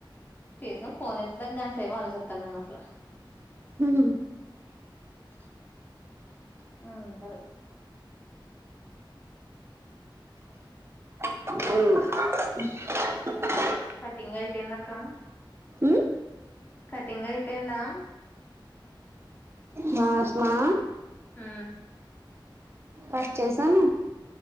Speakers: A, on the left; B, on the right.
A: చేసా పోనెత్తడానికి గంట సేపు ఆలోచెతన్నానసలు.
B: ఉమ్,
A: ఆ అంటరు
B: ఉమ్
A: కటింగ్ ఐపోయిందక్క
B: ఉమ్.
A: కటింగ్ ఐపోయిందా?
B: మాస్మా
A: ఆ
B: హ చేసాను